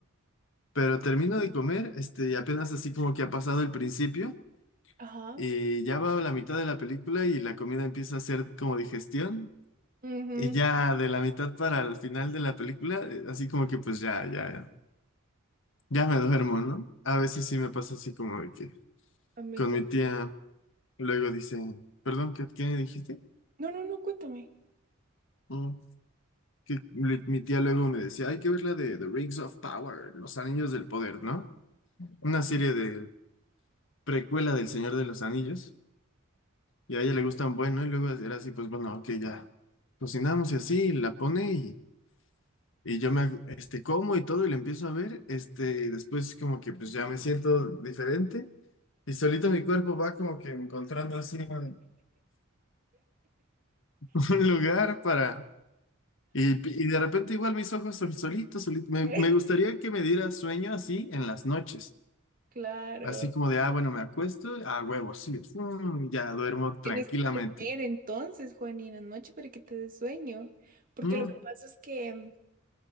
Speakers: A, on the left (about 60°); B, on the right (about 40°).
A: pero termino de comer, este, y apenas así como que ha pasado el principio
B: Ajá.
A: y ya va a la mitad de la película y la comida empieza a hacer como digestión
B: ujú,
A: y ya de la mitad para el final de la película, eh, así como que pues ya, ya. Ya me duermo, ¿no? A veces sí me pasa así como de que
B: A mí
A: con
B: también.
A: mi tía luego dice, perdón, ¿qué, qué dijiste?
B: No, no, no, cuéntame.
A: Mm, que le- mi tía luego me decía, hay que ver la de The Rings of Power, Los Anillos del Poder, ¿no? Una serie de precuela del Señor de los Anillos. Y a ella le gustan, bueno, y luego era así, pues bueno, ok, ya cocinamos y así, y la pone y, y yo me, hago- este, como y todo y la empiezo a ver, este, y después como que pues ya me siento diferente. Y solito mi cuerpo va como que encontrando así, ¿no? <laughs> un lugar para... Y, y de repente igual mis ojos sol- solitos, solitos. Me,
B: <laughs>
A: me gustaría que me diera sueño así en las noches.
B: Claro.
A: Así como de, ah, bueno, me acuesto, ah, huevo, sí, mm, ya duermo tranquilamente.
B: Tienes que comer entonces, Juanina, noche para que te dé sueño. Porque
A: Mm.
B: lo que pasa es que mm,